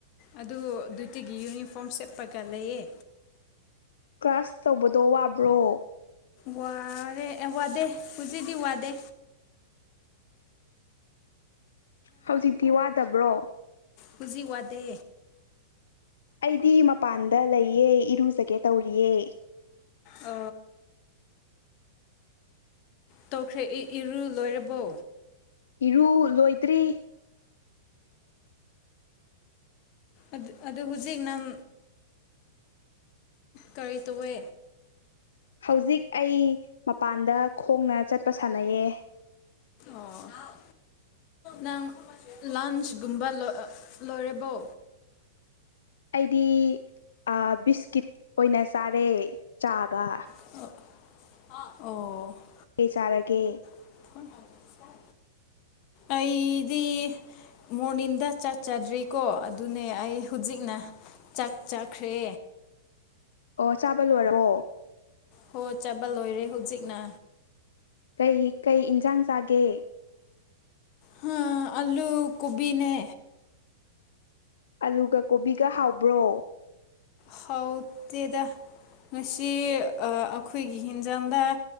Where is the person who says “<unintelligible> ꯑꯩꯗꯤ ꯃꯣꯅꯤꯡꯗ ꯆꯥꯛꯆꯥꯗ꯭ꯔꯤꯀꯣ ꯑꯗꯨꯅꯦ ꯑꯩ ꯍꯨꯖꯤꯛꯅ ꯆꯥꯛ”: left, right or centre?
Left